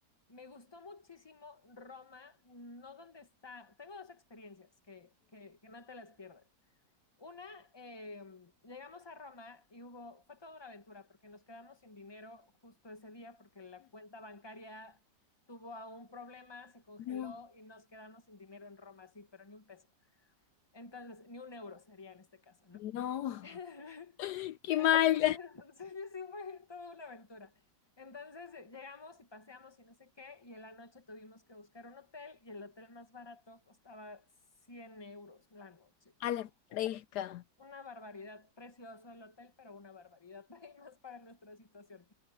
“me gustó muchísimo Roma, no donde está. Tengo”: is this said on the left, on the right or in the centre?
Left